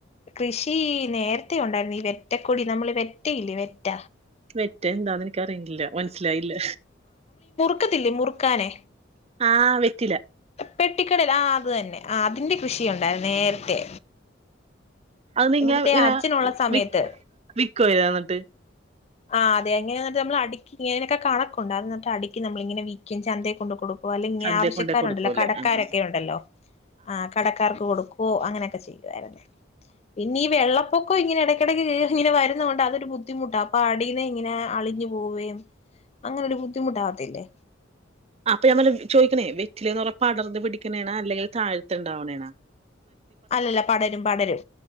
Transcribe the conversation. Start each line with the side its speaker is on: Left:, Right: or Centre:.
Left: കൃഷി നേര്തെ ഉണ്ടായിരുന്നു. ഈ വെറ്റക്കൊടി നമ്മള് വെറ്റയില്ലേ വെറ്റ
Right: വെറ്റ എന്താന്ന് എനിക് അറിയില്ല. മനസ്സിലായില്ല.
Left: ക്കത്തില്ലെ മുറുക്കാനെ
Right: ആഹ് വെറ്റില്ല
Left: പെട്ടിക്കടേൽ ആഹ് അത് തന്നെ ആഹ് അതിന്റെ കൃഷിയുണ്ടായിരുന്നു നേരത്തെ
Right: അഹ് ന്നിങ്ങ
Left: ഇവിടുത്തെ
Right: ങ്ങനെ
Left: അച്ഛനുള്ള സമയത്ത്
Right: വിക് വിക്കോ ഇത എന്നിട്ട്?
Left: ആഹ് അതെ ങ്ങനെ ന്നെട്ട് നമ്മള് അടിക് ങ്ങനൊകെ കണക്കൊണ്ടാർന്നൊട്ടൊ. അടിക്കും നമ്മള് ങ്ങെനെ വിക്കും ചന്തേ കൊണ്ട് കൊടു ഓഹ് അല്ലെ ങ്യാവശ്യക്കാരുണ്ടല്ലൊ
Right: ചന്തേ കൊണ്ടേ കൊടുക്കുവല്ലേ
Left: കടക്കാരൊക്കെ
Right: ആഹ് ആഹ്
Left: ഉണ്ടല്ലോ. ആഹ് കടക്കാർക്ക് കൊടുക്കു അങ്ങനെയൊക്കെ ചെയ്യുവായിര്ന്നേ. പിന്നെ ഈ വെള്ളപ്പൊക്ക ഇങ്ങനെ എടക്കിടയ്ക്ക് കേ ഇങ്ങനെ വരുന്ന കൊണ്ട് അതരു ബുദ്ധിമുട്ടാ. പാടീന്നെ ഇങ്ങനെ അളിഞ്ഞു പോവുകയും അങ്ങനെരു ബുദ്ധിമുട്ടാാവത്തില്ലേ
Right: അപ്പൊ യാൻ പർഞ് ചോയ്കുന്നേ വെറ്റിലേന്നർഞ പടർന്ന് പിടിക്കണേണാ അല്ലെങ്കിൽ താഴ്ത് ണ്ടാവണേണാ
Left: അല്ലല്ല പടരും പടരും